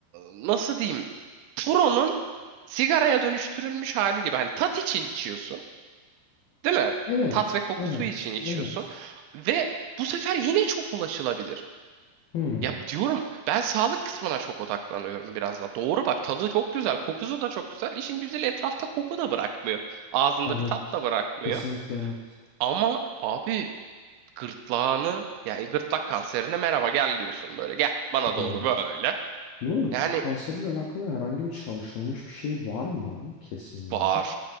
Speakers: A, on the right (about 80°); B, on the left (about 85°).
A: nasıl diyeyim? Puro'nun sigaraya dönüştürülmüş hali gibi. Hani tat için içiyorsun. Değil mi?
B: Evet.
A: Tat ve kokusu
B: Evet,
A: için içiyorsun.
B: evet.
A: Ve bu sefer yine çok ulaşılabilir.
B: Hmm,
A: Ya diyorum ben sağlık kısmına çok odaklanıyorum biraz da. Doğru bak tadı çok güzel, kokusu da çok güzel. İşin güzeli etrafta koku da bırakmıyor. Ağzında
B: evet.
A: bir tat da bırakmıyor.
B: Kesinlikle evet.
A: Ama abi gırtlağını yani gırtlak kanserine merhaba gel diyorsun böyle. Gel bana
B: Hmm.
A: doğru böyle.
B: Bunun gırtlak
A: Yani
B: kanseriyle alakalı herhangi bir çalışılmış bir şey var mı? Kesinliği.
A: var.